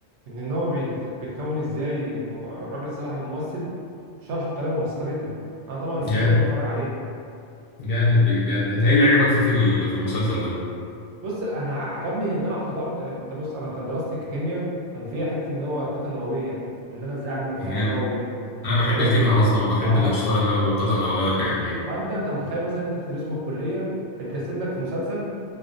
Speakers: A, on the right; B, on the left.
A: ان النووي بي- بيت- بيتكون ازاي يعني م- الراجل صلاح الممثل شرحه بطريقه مبسطه جدا انا طبعا
B: جامد
A: كنت لازم اتفرج عليه
B: جامد بجد أنت إيه اللي عجبك فيه في ال- في المسلسل ده؟
A: بص انا ع- عجبني ان انا حضرت انا انت بص انا كان دراستي ككيمياء كان فيها حته ان هو الطاقه النوويه وان انا ازاي اعمل مفاعل
B: جامد
A: نووي
B: أنا
A: انت
B: بحب
A: فاهم
B: الكيمياء أصلا وبحب
A: اه
B: الأنشطار النووي والطاقة النووية والحاجات دي
A: فانت انت متخيل مثلا انت بتدرسه في الكليه اتجسد لك في مسلسل